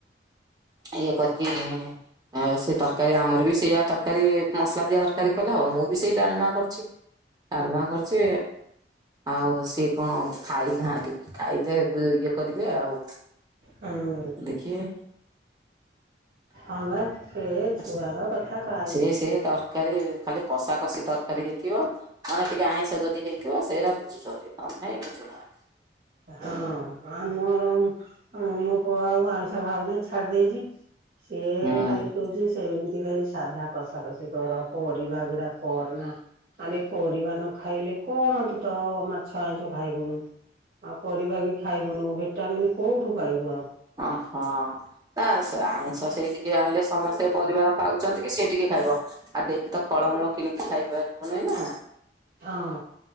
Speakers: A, on the right (about 20°); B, on the right (about 50°).
A: ଇଏ କରକି ଆଉ ସେ ତରକାରୀ ଆମର ବି ସେଇଆ ତରକାରୀ ମସଲା ଦିଆ ତରକାରୀ କଲେ ଆଉ ମୁଁ ବି ସେଇ ଡାଲମା କରିଥିଲି। ତାଲମା କରଛି ଆଉ ସିଏ କଣ ଖାଇନାହାନ୍ତି ଖାଇବେ ଇଏ କରିବେ ଆଉ
B: ହଁ
A: ଦେଖିବେ
B: ଆ ବା। ସେଛୁଆ
A: ଆସ
B: କଥା କା
A: ସେ ସେ ତରକାରୀ ଖାଲି କଷା କଷି ତରକାରୀ ହେଇଥିବ ମାନେ ଟିକେ ଆଇଁଷ ଯଦି ହେଇଥିବ ସେଇଟା ବୁଝୁଛନ୍ତି ତମେଁ ବୁଝୁ <unintelligible>
B: ହଁ ଆମର ମୋ ପୁଅ ଆଉ ଆଇଷ ଖାଉନି ଛାଡି ଦେଇଛି ସିଏ
A: ହଁ
B: ଖାଲି କହୁଛି ସେମିତି ଖାଲି ସାଧା କଷାକଷି କର ପରିବା ଏଗୁଡା କରନା ଆରେ ପରିବା ନ ଖାଇଲେ କଣ ତୁ ତ ମାଛ ଆଇଷ ଖାଇବୁନୁ ଆଉ ପରିବା ବି ଖାଇବୁନୁ ଭିଟାମିିନ କୋଉଠୁ ପାଇବୁ ଆଉ?
A: ଓହଁ ତା ସେ ଆଇଁଷ ସେଇଠିକ ଟିକେ ଆଣିଲେ ସମସ୍ତେ ପରିବାର ଖାଉଛନ୍ତି, କି ସେି ଟିକେ ଖାଇବ ଆଉ ଦେଇକି ତ ଫଳମୂଳ କିଣିକି ଖାଇପାରିବୁନହିଁ <inaudible>
B: ହଁ